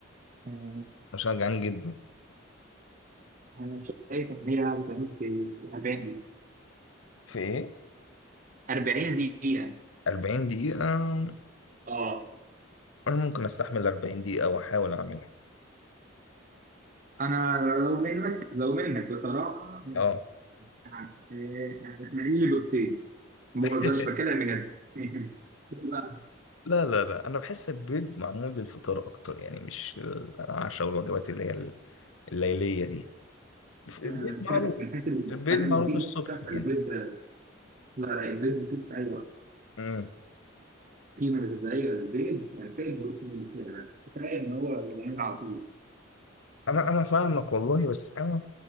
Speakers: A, on the right; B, on the left.
A: آه،
B: مش جعان جدا
A: انا شايف ان هي هتعمل في 40 دقيقه
B: في ايه
A: 40 دقيقه
B: 40 دقيقة
A: اه
B: انا ممكن استحمل 40 دقيقة واحاول اعملها
A: انا لو منك لو منك بصراحه
B: اه
A: آه، آه، انا لي بيضتين ما
B: <laughs>
A: بهزرش بتكلم بجد <laughs> بقى،
B: لا لا لا انا بحس البيض معمول للفطار اكتر يعني مش العشاء والوجبات اللي هي الليلية دي البيض
A: آه، بتكلم
B: معروف
A: في الحاجات الحاجه
B: البيض معروف
A: المفيده
B: الصبح
A: فالبيض
B: يعني
A: لا لا البيض مفيد في أي وقت
B: امم
A: قيمة غذائية للبيض ينتهي البروتين اللي فيها بس كفاية إن هو بيتعمل على طول
B: انا انا فاهمك والله بس انا